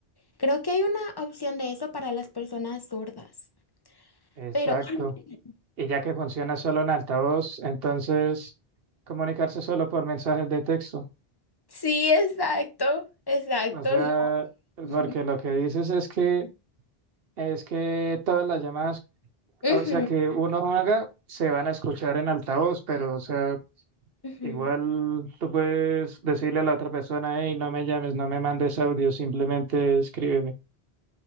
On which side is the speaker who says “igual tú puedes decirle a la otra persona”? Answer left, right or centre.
Right